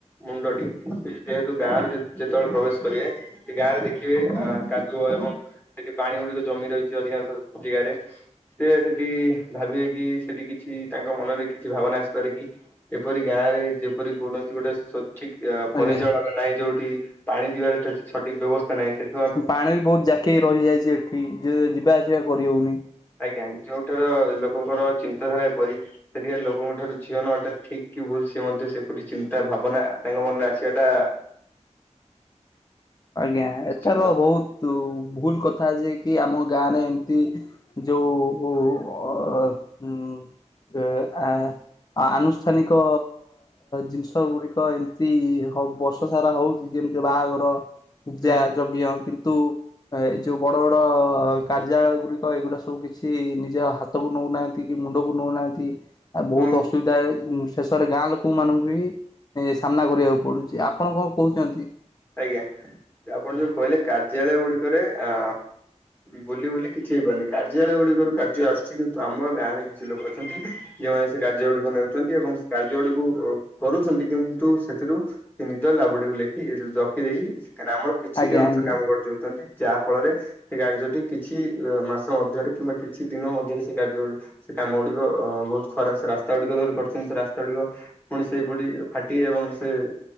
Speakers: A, on the left (about 15°); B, on the left (about 35°).
A: ମୁଣ୍ଡଟି, ସେ ଯେହେତୁ ଗାଁରୁ ଯେ ଯେତଏଳେ ପ୍ରବେଶ କରିବେ, ସେ ଗାଁରେ ଦେଖିବେ କାଦୁଅ ଏବଂ ସେଠି ପାଣି ଗୁଡିକ ଜମି ରହିଚି, ଅଧିକାଂଶ ଜେଗାରେ। ସେ ସେଠି-ଇ ଭାବିବେ କି, ସେଠି କିଛି ତାଙ୍କ ମନରେ କିଛି ଭାବନା ଆସିପାରେ କି? ଏପରି ଗାଁରେ, ଯେପରି କୌଣସି ଗୋଟେ ସୋତ୍ ଠିକ୍ ଆ ପରିଚାଳନା
B: ଆଜ୍ଞା
A: ନାହିଁ ଯୋଉଠି, ପାଣି ଯିବାରେ ଠେ ସଠିକ ବ୍ୟବସ୍ଥା ନାହିଁ ସେଟ୍
B: ପାଣି ବି ବୋହୁତ ଜାକିହେଇ ରହିଯାଇଚି ଏଠି, ଯେ ଯିବା ଆସିବା କରିହୋଉନି।
A: ଆଜ୍ଞା, ଯୋଉଠାର ଲୋକଙ୍କର ଚିନ୍ତାଧାରା ଏପରି ସେଠିକା ଲୋକଙ୍କ ଠାରୁ ଝିଅନବାଟା ଠିକ କି ଭୁଲ, ସେ ମଧ୍ୟ ସେପରି ଚିନ୍ତା ଭାବନା ତାଙ୍କ ମନରେ ଆସିବାଟା
B: <inaudible> ଆଜ୍ଞା,
A: ନିଶ୍ଚିନ୍ତ
B: ଏଥର ବହୁତ ଭୁଲ କଥା ଯେଏ କି, ଆମ ଗାଁ ରେ ଏମତି ଯୋଉ ଉ ଅ ଆ ଆନୁଷ୍ଠାନିକ ଜିନିଷ ଗୁଡିକ ଏମତି ହ, ବର୍ଷ ସାରା ହଉ ଯେମିତି ବାହାଘର ପୂଜା,
A: ହୁଁ
B: ଯଜ୍ଞ, କିନ୍ତୁ ଏଇ ଯୋଉ ବଡ ବଡ କାର୍ଯ୍ୟାଳୟ ଗୁଡିକ, ଏଇଗୁଡା ସବୁ କିଛି ନିଜ ହାତ୍ ହାତକୁ ନଉନାହାନ୍ତି କି, ମୁଣ୍ଡକୁ ନଉନାହାନ୍ତି ଆଉ ବହୁତ
A: ଏବଂ
B: ଅସୁବିଧା, ଶେଷରେ ଗାଁ ଲୋକ ମାନଙ୍କୁ ବି ଏ ସାମ୍ନା କରିବାକୁ ପଡୁଚି, ଆପଣ କଣ କହୁଚନ୍ତି?
A: ଆଜ୍ଞା ଆପଣ ଯୋଉ କହିଲେ କାର୍ଯ୍ୟାଳୟ ଗୁଡିକରେ ଅ ବୁଲି ବୁଲି କିଛି ହେଇପାରୁନି କାର୍ଯ୍ୟାଳୟ ଗୁଡିକରୁ କାର୍ଯ୍ୟ ଆସୁଛି କିନ୍ତୁ ଆମର ଗାଁରେ କିଛି ଲୋକ ଅଛନ୍ତି। ଯଉ ମାନେ ସେ କାର୍ଯ୍ୟ ଗୁଡିକ ନେଉଛନ୍ତି ଏବଂ ସେ କାର୍ଯ୍ୟ ଗୁଡିକୁ କରୁଛନ୍ତି କିନ୍ତୁ ସେଥିରୁ ସେ ନିଦ ଲାବଡିକୁ ଲେଖି ରଖିଦେଇକି ଗ୍ରାମର କିଛିଟି
B: ଆଜ୍ଞା
A: ଅଂଶ
B: ଆଜ୍ଞା
A: କାମ କରି ଯାଉଛନ୍ତି। ଯାହା ଫଳରେ ସେ କାର୍ଯ୍ୟଟି କିଛି ମାସ ମଧ୍ୟରେ କିମ୍ବା କିଛି ଦିନ ମଧ୍ୟରେ ସେ କାର୍ଯ୍ୟ ସେ କାମ ଗୁଡିକ ଅ ବହୁତ ଖରାପ ସେ ରାସ୍ତା ଗୁଡିକ ଧରି କରିଛନ୍ତି ସେ ରାସ୍ତା ଗୁଡିକ ପୁଣି ସେଇପରି ଫାଟି ଏବଂ ସେ